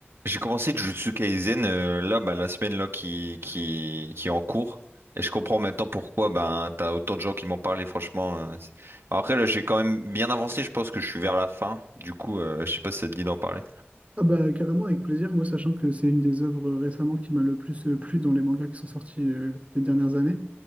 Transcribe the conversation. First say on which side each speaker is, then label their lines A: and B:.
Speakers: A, on the right; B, on the right.
A: J'ai commencé Jujutsu Kaisen euh, là bah, la semaine là qui qui qui est en cours et je comprends maintenant pourquoi ben t'as autant de gens qui m'en parlent et franchement euh, c'est- Bon, après là j'ai quand même bien avancé je pense que je suis vers la fin du coup euh, je sais pas si ça te dit d'en parler
B: Ah bah carrément avec plaisir, moi sachant que c'est une des œuvres récemment qui m'a le plus euh, plu dans les mangas qui sont sortis euh, les dernières années.